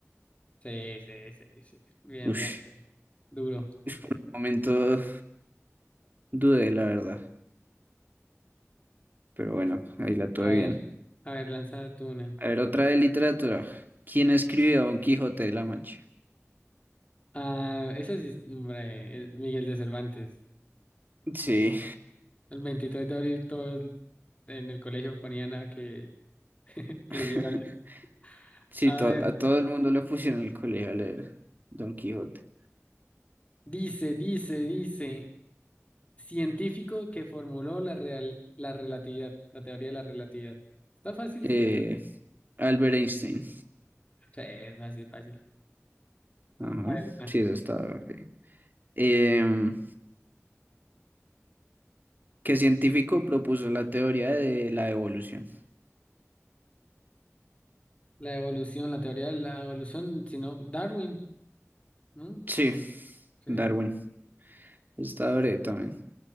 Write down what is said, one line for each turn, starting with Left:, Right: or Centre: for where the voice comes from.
Left: Sí, sí, sí, sí. Bien,
Right: Ush,
Left: bien, bien. Duro.
Right: ush, por un momento dudé, la verdad. Pero bueno, ahí la tuve
Left: A ver,
Right: bien.
Left: a ver, lanza tú una.
Right: A ver, otra de literatura. ¿Quién escribió Don Quijote de la Mancha?
Left: Ah, eso sí, hombre, el Miguel de Cervantes.
Right: Sí,
Left: El 23 de abril todos en el colegio ponían a que
Right: <laughs>
Left: leyeran eso.
Right: sí,
Left: A
Right: to-
Left: ver,
Right: a todo el mundo le pusieron el colegio a leer Don Quijote.
Left: dice, dice, dice, científico que formuló la real, la relatividad, la teoría de la relatividad. Está fácil,
Right: Eh,
Left: sí, se-
Right: Albert Einstein.
Left: sí, es fácil, fácil.
Right: Ajá,
Left: A ver, una.
Right: sí, eso estaba. ok. Em, ¿Qué científico propuso la teoría de la evolución?
Left: La evolución, la teoría de la evolución, sino Darwin, ¿no?
Right: Sí,
Left: Sí,
Right: Darwin. Está breve también.